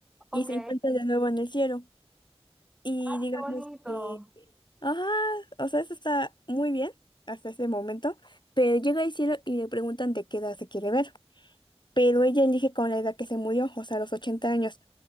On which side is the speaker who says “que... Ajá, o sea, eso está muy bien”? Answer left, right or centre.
Left